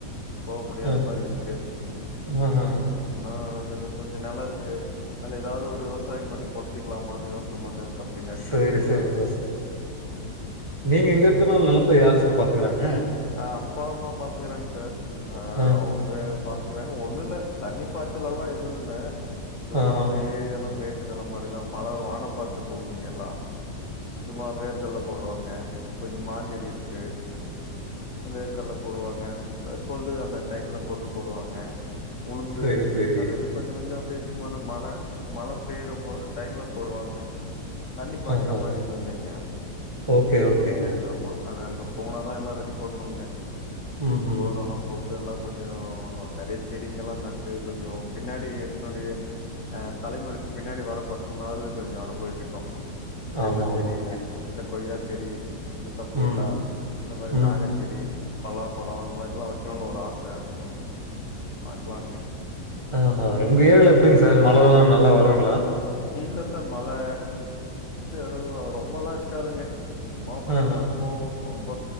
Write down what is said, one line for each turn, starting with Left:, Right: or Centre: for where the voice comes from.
Left: போக முடியாத
Right: ஆ,
Left: மாறி இருக்கு ம்
Right: ஆஹா.
Left: போயிட்டோம்னா கொஞ்ச கொஞ்ச நல்லா இருக்கு அல்ல ஏதாவது ஒரு விவசாயம் பண்ணி பொழச்சிக்கலாமான்னு யோசன பண்ணி இருக்கே பின்னாடி
Right: சரி
Left: ஃபியூச்சர்ல
Right: சரி சார் நீங்க இங்க இருக்கனு நிலத்த யாரு சார் பாத்துக்கறாங்க
Left: ஆ அப்பா அம்மா பாத்துக்கறாங்க சார் ஆஹ்
Right: ஆ,
Left: அவுங்க பாத்துக்கறாங்க ஒண்ணுல தண்ணி பாய்ச்சல் எல்லா எதுவு இல்ல சும்மா
Right: ஆஹா.
Left: அப்டியே எல்லா மே ச்சு நிலை மாதிரி தா மழை வானம் பார்த்த பூமிங்க எல்லா சும்மா வேர்க்கடலை போடு வாங்க கொஞ்சே மா செடி இருக்கு வேர்கடல்ல போடு வாங்க கொள்ளு அந்த டைம்ல கொல்லு போடு வாங்க உளுந்து
Right: சரி, சரி.
Left: அது அதுக் கொஞ்சே கொஞ்சே அப்டியே சும்மா அந்த மழை மழை பெய் ராப்பா டைம்ல போடு வாங்க தண்ணி பாய்குற
Right: ஆஹா.
Left: மாரி எதுவும் இல்லைங்க
Right: ஓகே, ஓகேங்க.
Left: ஆமா அது அங்க போனாதான் எல்லாம் ரெடி பண்ணுங்க
Right: ம்ஹ்ம்.
Left: போர்ரெல்லாம் போட் இதெல்லாம் கொஞ்சம் நறைய செடிங்கல்லாம் நட்டு கொஞ்சோ பின்னாடி என்னுடைய அ தலைமுறைக்கு பின்னாடி வர பசங்களாவது கொஞ்சோம் அனுபவைக்கிட்டும் தென்னஞ்செ
Right: ஆமா, ஆமாங்க.
Left: இந்த கொய்யா செடி இந்த சப்போட்டா
Right: ம்,
Left: இந்த மாரி
Right: ம்.
Left: நாக செடி பல்லாப்பழம் அந்த மாரிலா வைக்கணும்னு ஒரு ஆச ம் பாக்கலாங்க
Right: ஆ உங்க ஏரியால எப்டிங்க சார் மழை எல்லாம் நல்லா வரும்ங்களா
Left: இல்ல சார் மழை அதுவும் ரொம்ப எல்லாம் இருக்காதுங்க சும்மா வந்து
Right: ஆஹா.
Left: வந்து போகும் ரொம்ப